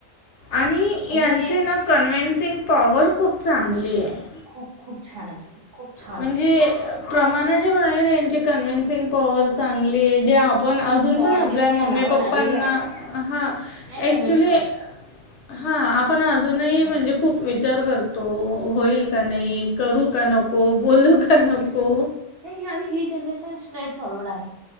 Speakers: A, on the left; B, on the right.
A: आणि
B: म्हणजे
A: यांचेना
B: हे
A: कन्वेन्सिंग पॉवर खूप चांगली आहे.
B: खूप खूप छान असते. खूप छान
A: म्हणजे
B: असते.
A: प्रमाणाच्या बाहेर यांची कन्व्हेन्सिंग पॉवर चांगली आहे जे पण अजून
B: ते गॉड
A: पण आपल्या
B: गिफ्ट
A: मम्मी
B: म्हणावं
A: पप्पांना
B: लागेल ह्यावं
A: हा
B: नाही
A: ॲक्च्युली
B: कन्व्हिन्स करू शकत.
A: हा आपण अजूनही
B: हम्म.
A: म्हणजे खूप वि विचार करतो होईल का नाही करू का नको बोलू का नको
B: नाही आणि ही जनरेशन स्ट्रेट फॉरवर्ड आहे.